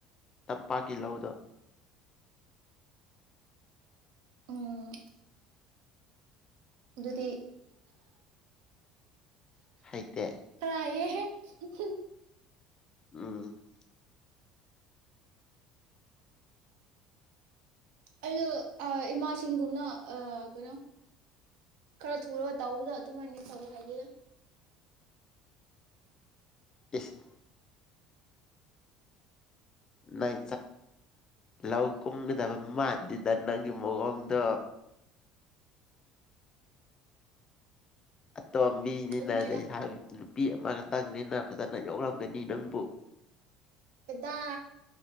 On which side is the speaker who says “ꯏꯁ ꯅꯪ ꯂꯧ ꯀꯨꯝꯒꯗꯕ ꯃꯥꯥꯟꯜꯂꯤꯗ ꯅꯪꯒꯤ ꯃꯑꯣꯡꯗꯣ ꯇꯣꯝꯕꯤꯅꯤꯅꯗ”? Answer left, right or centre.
Left